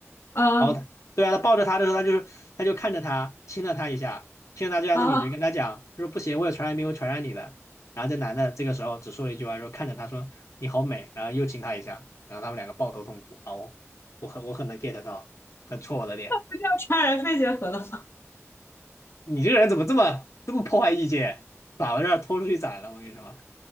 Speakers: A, on the left; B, on the left.
A: 啊
B: 然后他对啊，他抱着他的时候，他就他就看着他，亲了他一下，亲了他这样的女的跟他讲，
A: 啊啊
B: 他说不行，我有传染病，会传染你的。然后这男的这个时候只说了一句话，说看着他说你好美，然后又亲他一下，然后他们两个抱头痛哭啊，我我很我很能 get 到，很戳我的脸。
A: 就这样怅然肺结核了吗？
B: 你这个人怎么这么这么破坏意见，把我这儿拖出去宰了？我跟你说，